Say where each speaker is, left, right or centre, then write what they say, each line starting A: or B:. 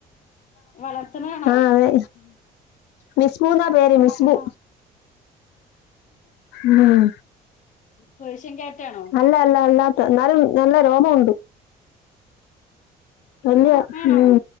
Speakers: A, on the left; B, on the left.
A: വളർത്തണാണോ
B: ആഹ് അതെ മിസ്ബൂ ന്നാ പേര് മിസ്ബു
A: ആ
B: ഉം
A: പേർഷ്യൻ ക്യാറ്റാണോ
B: അല്ല അല്ല അല്ലാത്ത ഇന്നാലും നല്ല രോമ വോണ്ട്. വല്യ
A: ആണോ
B: ഉം